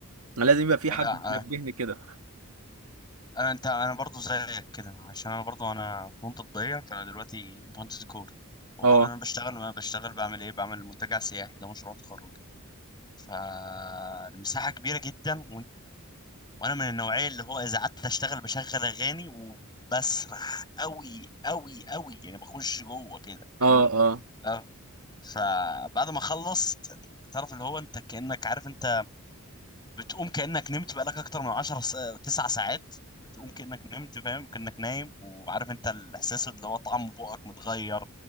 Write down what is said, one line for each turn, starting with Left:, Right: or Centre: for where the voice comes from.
Right: لازم يبقى في
Left: لا
Right: حد بينبهني
Left: آه،
Right: كده
Left: انا انت انا برضو زيك كده عشان انا برضو انا في منطقة ضيقة فانا دلوقتي مهندس ديكور المفروض
Right: اه
Left: ان انا بشتغل ما بشتغل بعمل ايه بعمل منتجع سياحي ده مشروع تخرجي فالمساحة كبيرة جدا وانا من النوعيه اللي هو اذا قعدت اشتغل بشغل اغاني وبسرح قوي قوي قوي يعني بخش جوه كده فاهمني
Right: اه اه
Left: اه فبعد ما خلصت تعرف اللي هو انت كانك عارف انت بتقوم كانك نمت بقالك اكتر من 10 س... 9 ساعات بتقوم كانك نمت فاهم كانك نايم وعارف انت الاحساس اللي هو طعم بقك متغير